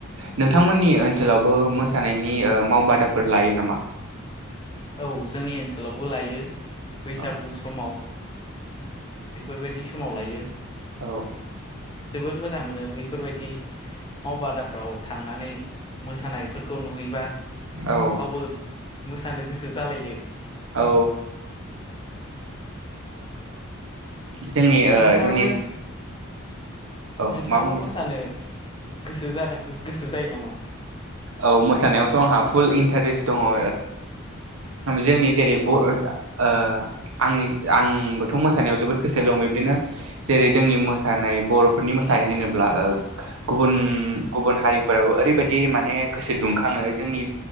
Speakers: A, on the right; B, on the left.
A: <inaudible> नोंथांमोननि ओनसोलावबो मोसानाय नि ओ मावबादाफोर लायो नामा?
B: औ जोंनि ओनसोलावबो लायो बैसागु
A: अ
B: समाव बेफोरबायदि समाव लायो
A: औ
B: जोबोद मोजां मोनो बेफोरबायदि मावबादाफ्राव थांनानै मोसानायफोरखौ नुहैबा
A: औ
B: गावबो मोसानो गोसो जालायो <unintelligible>
A: औ जोंनि
B: नोंथाङाबो
A: ओ जोंनि औ
B: नोंथाङाबो
A: मा बुंदों
B: मोसानो गोसो जागोन गोसो जायो नामा?
A: औ मोसानायावथ आंहा फुल इन्टारेस्ट दङ ओ जोंनि जेरै बर ओ आंनि आंबोथ मोसानायाव जोबोद गोसो दं बिबदिनो जेरै जोंनि मोसानाय बर'फोरनि मोसानाय होनोब्ला ओ गुबुन गुबुन हारिफोराबो ओरैबायदि बिदि माने गोसो दुंखाङो जोंनि